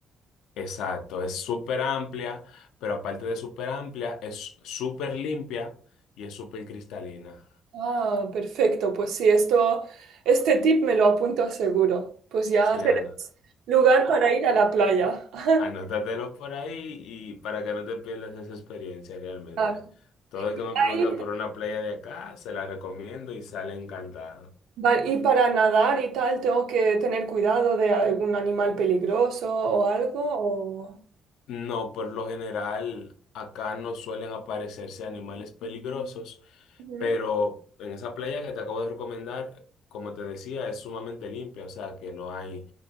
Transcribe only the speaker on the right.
Ah, perfecto. Pues sí, esto, este tip me lo apunto seguro. Pues ya
tenemos
lugar para ir a la playa. <laughs>
Claro.
Ahí.
Vale, y para nadar y tal, ¿tengo que tener cuidado de algún animal peligroso o algo? O...
Ujú.